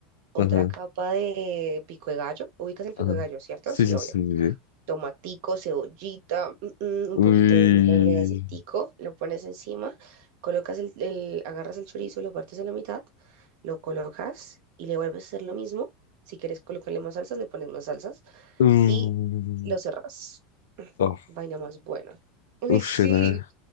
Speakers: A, on the right; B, on the left.
A: otra
B: Ajá,
A: capa de pico de gallo. Ubicas el pico
B: ajá.
A: de gallo, ¿cierto?
B: Sí,
A: Sí,
B: sí,
A: obvio
B: sí, sí. sí.
A: tomatico, cebollita, mm, mm, un
B: Uy.
A: poquito de vinagre de aceitico, lo pones encima, colocas el, el- agarras el chorizo, lo partes a la mitad, lo colocas y le vuelves a hacer lo mismo. Si quieres colocarle más salsas, le pones más salsas
B: Mm.
A: y lo cerrás. <clears throat>
B: Oh,
A: Vaina más buena. Ay,
B: uf,
A: sí.
B: nada.